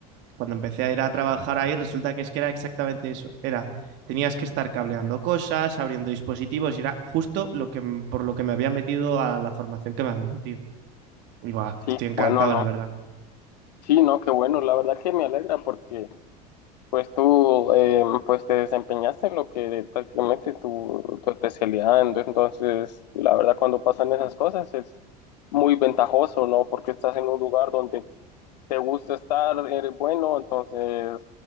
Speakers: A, on the right; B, on the left.
A: cuando empecé a ir a trabajar ahí, resulta que es que era exactamente eso. Era, tenías que estar cableando cosas, abriendo dispositivos, y era justo lo que, por lo que me había metido a la formación que me había metido. Y buah,
B: Sí,
A: estoy encantado,
B: bueno, ¿no?
A: la verdad.
B: Sí, no, qué bueno, la verdad que me alegra porque pues tú eh, pues te desempeñaste en lo que prácticamente tu, tu especialidad, ent- entonces la verdad cuando pasan esas cosas es muy ventajoso, ¿no? Porque estás en un lugar donde te gusta estar, eres bueno, entonces